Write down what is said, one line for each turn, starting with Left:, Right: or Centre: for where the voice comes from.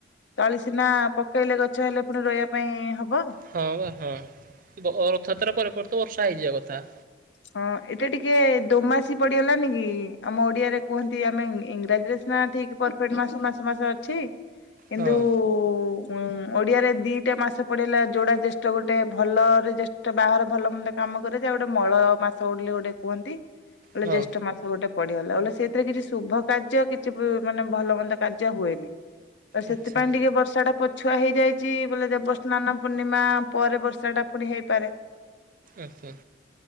Left: ତଳି ସିନା ପକେଇଲେ ଗଛ ହେଇଲେ ପୁଣି ରହିବା ପାଇଁ ହବ।
Right: ହଁ ବା ହଁ ରଥଯାତ୍ରା ପରେ ପରେ ତ ବର୍ଷା ହେଇଯିବା କଥା।
Left: ହଁ ଏଟା ଟିକେ ଦୋମାସି ପଡିଗଲାାନ କି ଆମ ଓଡିଆରେ କୁହନ୍ତି ଆମେ ଇଂରାଜୀରେ ନା ଠିକ ପରଫେକ୍ଟ ମାସ ମାସ ମାସ ଅଛି କିନ୍ତୁ,
Right: ହଁ
Left: ଉଁ ଓଡିଆରେ ଦିଟା ମାସ ପଡେଇଲା ଯୋଉଡା ଜେଷ୍ଠ ଗୋଟେ ଭଲରେ ଜ୍ୟେଷ୍ଠ ବାହର ଭଲ ମଣ୍ଡ କାମ କରେ ଯା ଗୋଟେ ମଳ ମାସ ଗୋଡିଲେ ଗୋଟେ କୁହନ୍ତି ଗୋଟେ
Right: ହଁ
Left: ଜ୍ୟେଷ୍ଠ ମାସ ଗୋଟେ। ପଡିିଗଲା ବ ସେଇଥିରେ କିଛି ଶୁଭ କାର୍ଯ୍ୟ କିଛି ମାନେ ଭଲ ମନ୍ଦ କାର୍ଯ୍ୟ ହୁଏନି। ଆଉ ସେଥିପାଇଟିକେ
Right: ଆଚ୍ଛା
Left: ବର୍ଷାଚ ଛୁଆ ହେଇଯାଇଛି ବୋଲେ ଦେବସ୍ନାନ ପୂର୍ଣ୍ଣିମା ପରେ ବର୍ଷା ଟା ପୁଣି ହେଇପାରେ।
Right: ଆଚଛା।